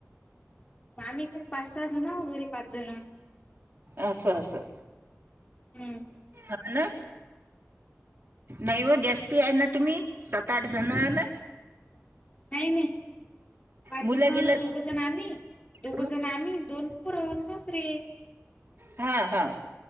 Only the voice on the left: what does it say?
आम्ही का पाच सहा जण हाव घरी पाच जण.
हम्म.
नाही, नाही, पाच
जणला
दोघ जण आम्ही, दोघं
जण आम्ही दोन पुरण सासरे.